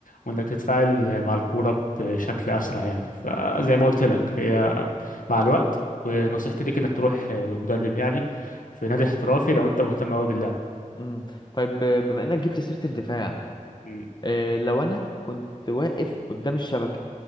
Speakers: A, on the left; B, on the left.
A: وانك تتفاعل آه، مع الكورة بشكل أسرع يعني فزي ما قلت لك هي مع الوقت ونصيحتي ليك انك تروح آه، لمدرب يعني في نادي احترافي لو انت مهتم قوي باللعبة
B: امم طيب آه، بما انك جبت سيرة الدفاع
A: مم.
B: آه، لو انا كنت واقف قدام الشبكة